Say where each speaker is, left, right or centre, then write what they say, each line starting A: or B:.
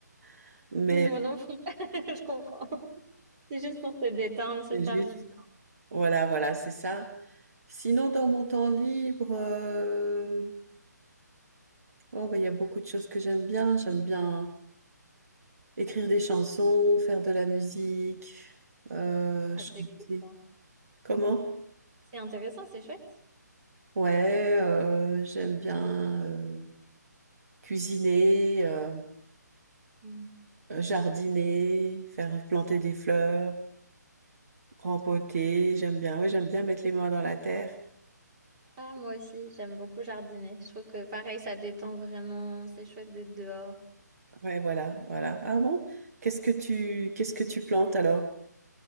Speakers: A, on the right; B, on the right.
A: <laughs> mais
B: Oui, moi non plus. <laughs> Je comprends. C'est juste pour se détendre, se
A: c'est
B: faire
A: juste,
B: du bien.
A: voilà, voilà, c'est ça. Sinon, dans mon temps libre, euh, oh, bah, il y a beaucoup de choses que j'aime bien. J'aime bien écrire des chansons, faire de la musique, euh,
B: Ah,
A: chanter.
B: c'est cool, ça.
A: Comment?
B: C'est intéressant, c'est chouette.
A: Ouais, euh, j'aime bien euh, cuisiner, euh,
B: Mm.
A: jardiner, faire planter des fleurs. Rempoter, j'aime bien. Oui, j'aime bien mettre les mains dans la terre.
B: Ah, moi aussi, j'aime beaucoup jardiner. Je trouve que pareil, ça détend vraiment. C'est chouette d'être dehors.
A: Ouais, voilà, voilà. Ah bon? Qu'est-ce que tu, qu'est-ce que tu plantes alors?